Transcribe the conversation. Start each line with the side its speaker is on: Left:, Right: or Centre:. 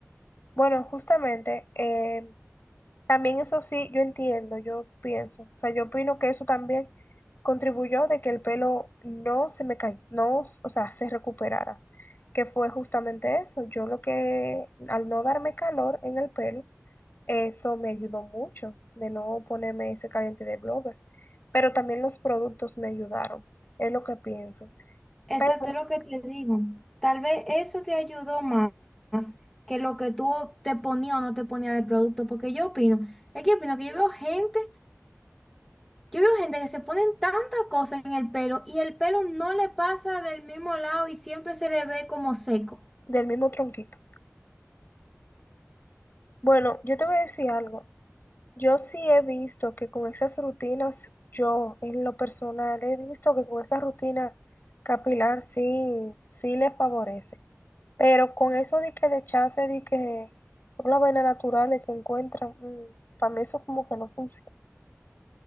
Left: Bueno, justamente, eh, También eso sí, yo entiendo, yo pienso, o sea, yo opino que eso también contribuyó de que el pelo no se me cayó, no, o sea, se recuperara, que fue justamente eso. Yo lo que, al no darme calor en el pelo, eso me ayudó mucho de no ponerme ese caliente de blower, pero también los productos me ayudaron, es lo que pienso,
Centre: Exacto,
Left: pero
Centre: es lo que te digo. Tal vez eso te ayudó más que lo que tú te ponías o no te ponías de producto. Porque yo opino, es que opino que yo veo gente. Yo veo gente que se ponen tantas cosas en el pelo y el pelo no le pasa del mismo lado y siempre se le ve como seco.
Left: del mismo tronquito. Bueno, yo te voy a decir algo. Yo sí he visto que con esas rutinas, yo en lo personal he visto que con esa rutina capilar sí, sí les favorece. Pero con eso de que de chance, de que por las vainas naturales que encuentran, mm, para mí eso como que no funciona.